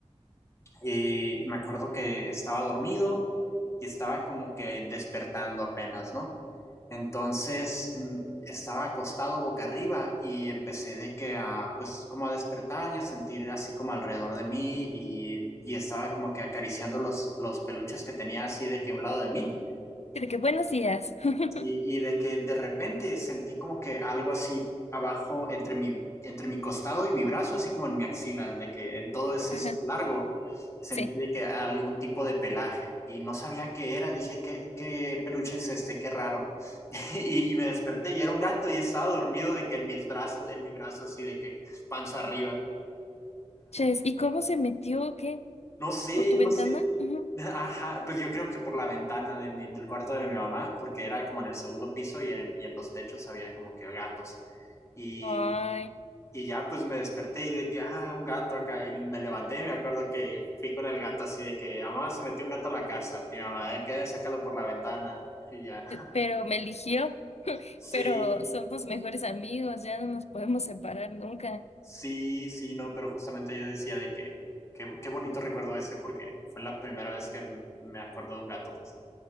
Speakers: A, on the left; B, on the left.
A: Y me acuerdo que estaba dormido y estaba como que despertando apenas, ¿no? Entonces mm, estaba acostado boca arriba y empecé de que a, pues como a despertar y a sentir así como alrededor de mí y, y estaba como que acariciando los, los peluches que tenía así de que a un lado de mí
B: Y De que buenos días. <laughs>
A: y, y de que de repente sentí como que algo así abajo entre mi, entre mi costado y mi brazo, así como en mi axila, de que en todo ese
B: Ajá.
A: largo sentí
B: Sí.
A: de que algún tipo de pelaje y no sabía qué era. Dije, ¿qué, qué peluche es este? Qué raro. <laughs> Y, y me desperté y era un gato y estaba dormido de que en mis brazos, en mi brazo así de que panza arriba.
B: Ches, ¿y cómo se metió? ¿Qué?
A: No sé,
B: ¿Por tu ventana?
A: no sé.
B: Ujú.
A: Ajá, pues yo creo que por la ventana de mi- del cuarto de mi mamá, porque era como en el segundo piso y en, y en los techos había como que gatos. Y,
B: Ay,
A: y ya pues me desperté y de que, ah, un gato acá. Y me levanté, y me acuerdo que fui con el gato así de que, "Ah, mamá, se metió un gato a la casa. Y mi mamá, de que "Ah, sácalo por la ventana. Y ya.
B: pero me eligió.
A: Sí,
B: pero somos mejores amigos, ya no nos podemos separar nunca.
A: sí, sí, no, pero justamente yo decía de que, que- qué bonito recuerdo ese, porque fue la primera vez que m- me acuerdo de un gato, pues.